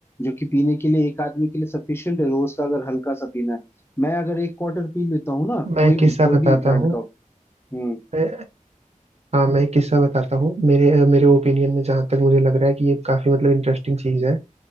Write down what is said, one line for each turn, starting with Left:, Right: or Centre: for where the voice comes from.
Left: जो कि पीने के लिए एक आदमी के लिए सफिशियंट है रोज का अगर हल्का सा पीना है मैं अगर एक क्वार्टर पी लेता हूँ ना
Right: मैं
Left: कोई
Right: एक
Left: भी
Right: किस्सा
Left: कोई
Right: बताता
Left: भी ब्रांड का हो, हम्म
Right: हूँ हाँ मैं एक किस्सा बताता हूँ मेरे मेरे ओपिनियन में जहाँ तक मुझे लग रहा है कि ये काफी मतलब इंटरेस्टिंग चीज है